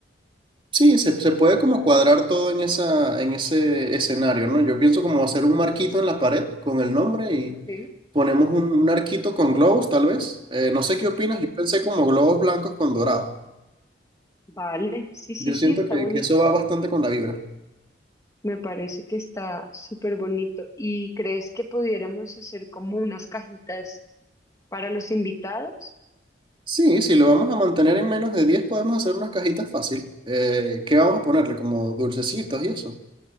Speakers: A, on the right; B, on the left.
A: sí, se, se puede como cuadrar todo en esa, en ese escenario, ¿no? Yo pienso como hacer un marquito en la pared con el nombre y
B: Ok.
A: ponemos un, un arquito con globos, tal vez. Eh, no sé qué opinas, yo pensé como globos blancos con dorado.
B: Vale, sí, sí,
A: Yo
B: sí,
A: siento
B: está
A: que,
B: bonito.
A: que eso va bastante con la vibra.
B: Me parece que está súper bonito. ¿Y crees que pudiéramos hacer como unas cajitas para los invitados?
A: Sí, si lo vamos a mantener en menos de 10 podemos hacer unas cajitas fácil. Eh, ¿qué vamos a ponerle? Como dulcecitos y eso.